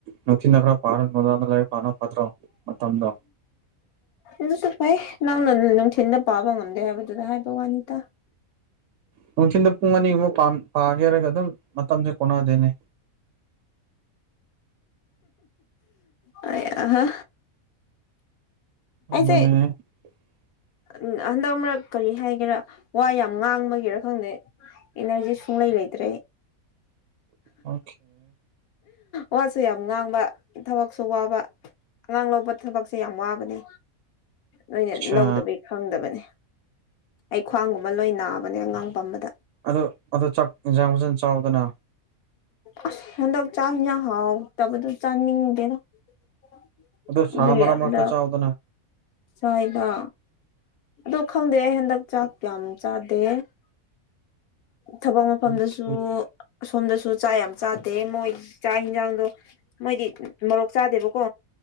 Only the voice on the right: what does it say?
ꯅꯨꯡꯊꯤꯅ ꯈ꯭ꯔ ꯄꯥꯔ ꯗꯥꯗ ꯂꯥꯏꯔꯤꯛ ꯄꯥꯅ ꯐꯠꯇ꯭ꯔꯣ ꯃꯇꯝꯗ
ꯅꯨꯡꯊꯤꯟꯗ ꯄꯨꯡ ꯑꯅꯤꯒꯨꯝꯕ ꯄꯥꯒꯦꯔꯒ ꯑꯗꯨꯝ ꯃꯇꯝꯁꯦ ꯀꯣꯟꯅꯗꯦꯅꯦ
ꯑꯗꯨꯅꯦ
<inaudible>
ꯑꯣ
ꯑꯠꯆꯥ
ꯑ ꯑꯗꯨ ꯆꯥꯛ ꯌꯦꯟꯖꯥꯡ ꯐꯖꯅ ꯆꯥꯎꯗꯅ
ꯑꯗꯣ ꯁꯥ ꯃꯔꯛ ꯃꯔꯛꯇ ꯆꯥꯎꯗꯅ
ꯑꯣꯀꯦ